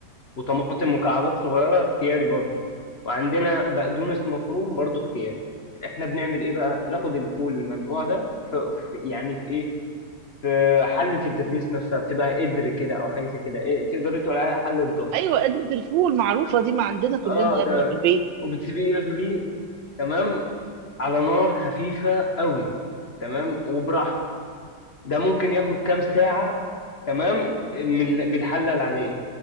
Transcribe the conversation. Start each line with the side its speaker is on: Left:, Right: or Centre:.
Left: وطماطم مكعبات صغيرة اختياري برضه وعندنا بقدونس مفروم برضه اختياري احنا بنعمل ايه بقى بناخد الفول المنقوع ده في في- يعني في ايه في حلة التتميس نفسها بتبقى قدر كده أو حاجة زي كده إيه تقدري تقولي عليها حلة ضغط
Right: ايوه قدرة الفول المعروفة
Left: تمام؟
Right: دي ما عندنا كلنا
Left: اه
Right: يا
Left: تمام
Right: ابني في البيت
Left: وبتسيبيه يغلي تمام على نار خفيفة قوي تمام وبراحته ده ممكن ياخد كام ساعة تمام من بالحلة العادية